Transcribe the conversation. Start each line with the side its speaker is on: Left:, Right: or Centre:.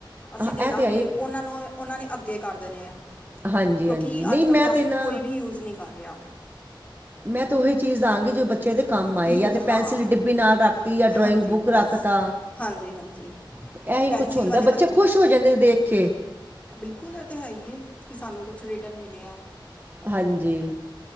Left: ਅਸੀਂ
Right: ਆਹ
Left: ਦੇ
Right: ਇਹ
Left: ਦਾਂਗੇ
Right: ਤਾਂ ਆਈ
Left: ਓਨਾਂ ਨੂੰ ਓਨਾਂ ਨੇ ਅੱਗੇ ਕਰ ਦੇਣੇ ਐ।
Right: ਹਾਂਜੀ
Left: ਕਿਉਂਕੀ
Right: ਹਾਂਜੀ ਨਹੀਂ
Left: ਅੱਜ-ਕੱਲ੍ਹ
Right: ਮੈਂ
Left: ਪਲਾਸਟਿਕ
Right: ਤਾਂ ਨਾ
Left: ਕੋਈ ਬੀ ਯੂਜ ਨੀ ਕਰ ਰਿਆ।
Right: ਮੈਂ ਤਾਂ ਓਹੀ ਚੀਜ਼ ਦਾਂਗੀ ਜੋ ਬੱ ਚਿਆ ਦੇ ਕੰਮ ਆਏ
Left: ਯੂਜ਼
Right: ਯਾਂ ਤੇ
Left: ਹਾਂ
Right: ਪੈਨਸਿਲ ਡਿੱਬੀ ਨਾਲ ਰੱਖਤੀ ਯਾਂ ਡਰਾਇੰਗ
Left: ਹਾਂਜੀ
Right: ਬੁੱਕ ਰੱਖ
Left: ਬਸ
Right: ਤਾ
Left: ਹਾਂਜੀ ਹਾਂਜੀ
Right: ਐਹੀ
Left: ਪੈਨਸਿਲ
Right: ਕੁਛ ਹੁੰਦੈ
Left: ਵਾਲੇ
Right: ਬੱਚੇ ਖੁਸ਼ ਹੋ ਜਾਂਦੇ ਨੇ ਦੇਖ ਕੇ।
Left: ਬਿਲਕੁੱਲ ਐ ਤੇ ਹੈ ਈ ਏ ਕੀ ਸਾਨੂੰ ਕੁਛ ਰਿਟਰਨ ਮਿਲਿਆ
Right: ਹਾਂਜੀ